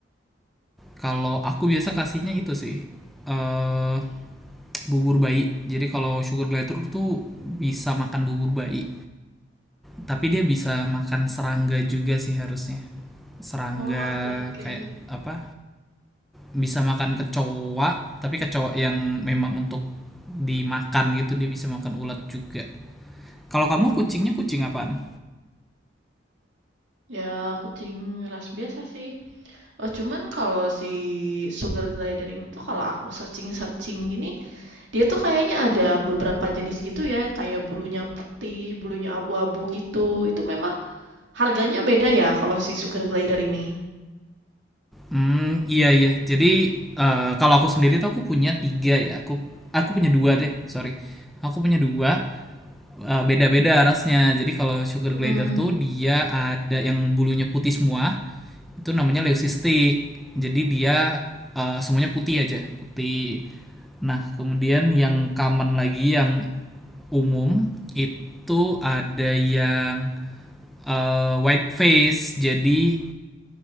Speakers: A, in the centre; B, on the right.
A: kalau aku biasa kasihnya itu sih eh bubur bayi. Jadi kalau sugar glider tuh bisa makan bubur bayi, tapi dia bisa makan serangga juga sih harusnya. Serangga
B: Oh, oke oke.
A: kayak apa? Bisa makan kecoa, tapi kecoa yang memang untuk dimakan gitu dia bisa makan ulat juga. Kalau kamu
B: Hmm,
A: kucingnya kucing apaan?
B: ya kucing ras biasa sih. Oh, cuman kalau si sugar glider ini tuh kalau aku searching-searching gini, dia tuh kayaknya ada beberapa jenis gitu ya, yang kayak bulunya putih, bulunya abu-abu gitu. Itu memang harganya beda ya kalau si sugar glider ini.
A: Hmm, iya iya. Jadi eh, kalau aku sendiri tuh aku punya tiga ya. Aku aku punya dua deh, sorry. Aku punya dua. eh, beda-beda rasnya. Jadi kalau sugar
B: Mm-mm.
A: glider tuh dia ada yang bulunya putih semua, itu namanya leucistic. Jadi dia eh, semuanya putih aja, putih. Nah, kemudian yang common lagi yang umum itu ada yang eh, white face. Jadi